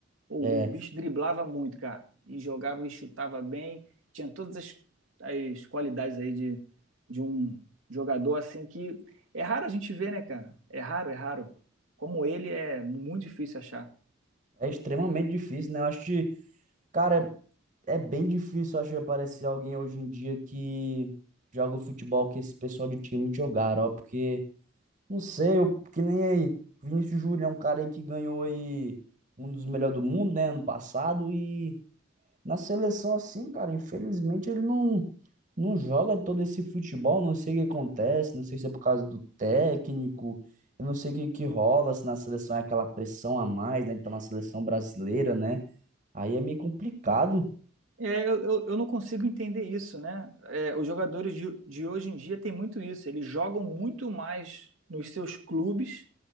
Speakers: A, on the right; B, on the right.
A: Pô,
B: É,
A: o bicho driblava muito, cara. E jogava e chutava bem. Tinha todas as, as qualidades aí de, de um jogador assim que é raro a gente ver, né, cara? É raro, é raro. Como ele é muito difícil achar.
B: é extremamente difícil, né? Eu acho que, cara, é, é bem difícil, eu acho, aparecer alguém hoje em dia que joga o futebol que esse pessoal de time jogaram, ó. Porque, não sei, eu, que nem aí. Vinícius Júnior é um cara aí que ganhou aí um dos melhores do mundo, né? Ano passado e Na seleção, assim, cara, infelizmente ele não, não joga todo esse futebol, não sei o que acontece, não sei se é por causa do técnico, eu não sei o que, que rola, se na seleção é aquela pressão a mais, né? Ele tá na seleção brasileira, né? Aí é meio complicado.
A: É, eu, eu, eu não consigo entender isso, né? É, os jogadores de, de hoje em dia têm muito isso. Eles jogam muito mais nos seus clubes